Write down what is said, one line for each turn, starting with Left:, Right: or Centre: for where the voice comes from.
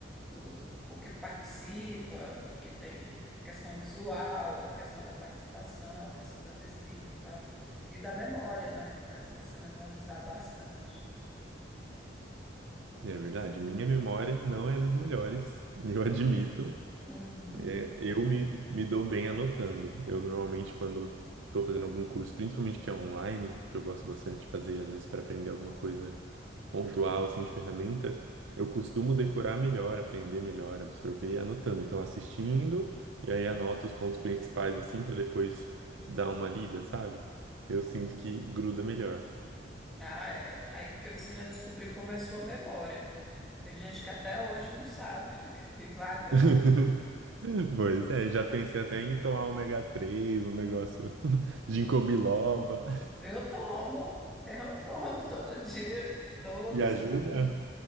Centre: Do, porque participa, porque tem questão visual, a questão da participação, a questão da pesquisa e tal. E da memória, né? Faz você memorizar bastante.
Right: é verdade. Minha memória não é das melhores, <laughs> eu admito.
Centre: Uhum.
Right: É, eu me, me dou bem anotando. Eu normalmente, quando estou fazendo algum curso, principalmente que é online, que eu gosto bastante de fazer, às vezes para aprender alguma coisa pontual, assim, de ferramenta, eu costumo decorar melhor, aprender melhor, absorver anotando. Então, assistindo, e aí anoto os pontos principais, assim, para depois dar uma lida, sabe? Eu sinto que gruda melhor.
Centre: Ah, é. Aí porque você já descobriu como é a sua memória. Tem gente que até hoje não sabe, <laughs> fica aí vagando.
Right: <laughs> Pois é, já pensei até em tomar ômega 3 um negócio <laughs> ginkgo biloba.
Centre: Eu tomo, eu tomo <laughs> todo dia, todo
Right: E ajuda?
Centre: santo dia.